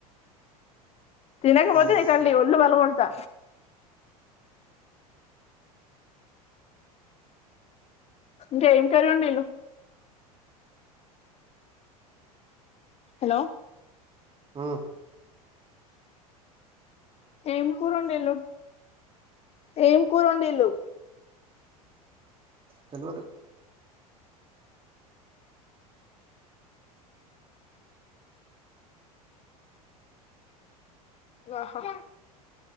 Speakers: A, on the left; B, on the right.
A: తినకపోతే
B: ఉమ్
A: నీ తల్లి ఒళ్ళు పాల్గొడతా ఇంకా ఇంక ఏం లేదు హలో
B: హు
A: ఏం కూర వండాలి ఏం కురండలు
B: తెలువదు
A: ఆహా